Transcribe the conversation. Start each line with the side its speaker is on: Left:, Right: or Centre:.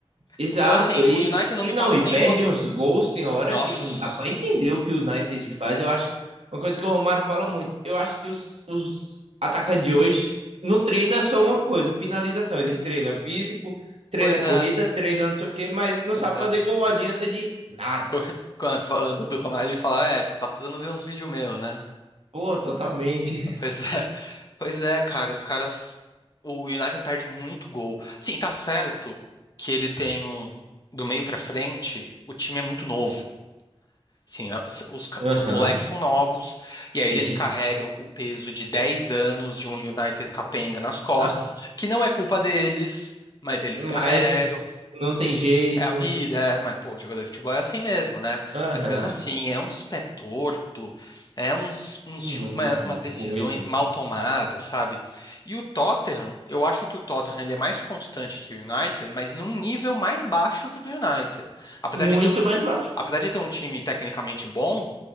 Right: Exato,
Left: Então, assim,
Right: e,
Left: o United não
Right: e
Left: me
Right: e não,
Left: passa
Right: e
Left: nenhuma
Right: perde
Left: co-
Right: uns gols tem hora
Left: Nossa,
Right: que não dá para entender o que o United faz. Eu acho que uma coisa que o Romário fala muito, eu acho que os, os atacantes de hoje não treinam só uma coisa, finalização. Eles treinam físico, treinam
Left: coisa,
Right: corrida, treinam não sei o quê, mas não
Left: coisa
Right: sabe fazer gol, adianta de nada.
Left: Co- <laughs> quando- Falando do Romário, ele fala, é, tá precisando ver uns vídeos meus, né?
Right: Pô, totalmente.
Left: Pois é, <laughs> pois é, cara, os caras. O United perde muito gol. Assim, tá certo que ele tem um. Do meio pra frente, o time é muito novo. Assim, as- os, ca-
Right: Aham,
Left: os moleques são novos, e
Right: sim.
Left: aí eles carregam o peso de 10 anos de um United capenga nas costas,
Right: Ah,
Left: que não é culpa deles, mas eles
Right: mas
Left: carregam.
Right: não tem jeito.
Left: É, é a vida, é, mas pô, jogador de futebol é assim mesmo, né?
Right: Aham,
Left: Mas mesmo assim, é uns pé torto, é uns, uns
Right: muito,
Left: chu- uma- umas decisões
Right: muito.
Left: mal tomadas, sabe? E o Tottenham, eu acho que o Tottenham ele é mais constante que o United, mas num nível mais baixo que o do United. Apesar
Right: Muito
Left: de ter um,
Right: mais baixo.
Left: apesar de ter um time tecnicamente bom,